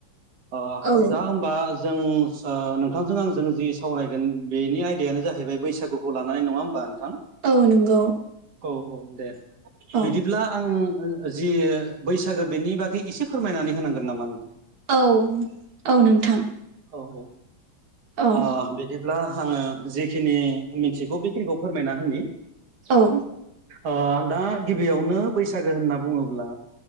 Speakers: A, on the right; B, on the right.
A: अ
B: औ
A: दा होमबा जों ओ नोंथांजों आंजों जि सावरायगोन बेनि आयदायानो जाहैबाय बैसागुखौ लानानै नङा होमबानो थां
B: औ नंगौ
A: औ औ दे
B: औ
A: बिदिब्ला आङो ओ जि बैसागो बेनि बागै एसे फोरमायनानै होनांगोन नामा नों
B: औ औ नोंथां
A: औ औ
B: औ
A: आ बिदिब ब्ला आङो जिखिनि मिनथिगौ बेखिनिखौ फोरमायना होनि
B: औ
A: ओ दा गिबियावनो बैसागो होनना बुङोब्ला